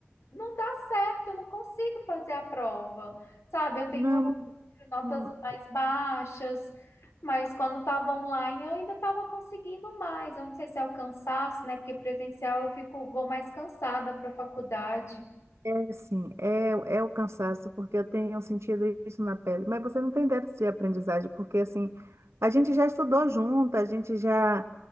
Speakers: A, on the left; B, on the right.
A: não dá certo, eu não consigo fazer a prova, sabe? Eu tenho
B: Não,
A: notas
B: não.
A: mais baixas, mas quando estava online eu ainda estava conseguindo mais. Eu não sei se é o cansaço, né? Porque presencial eu fico, vou mais cansada para a faculdade.
B: é assim, é, é o cansaço, porque eu tenho sentido isso na pele. Mas você não tem déficit de aprendizagem, porque assim, a gente já estudou junto, a gente já,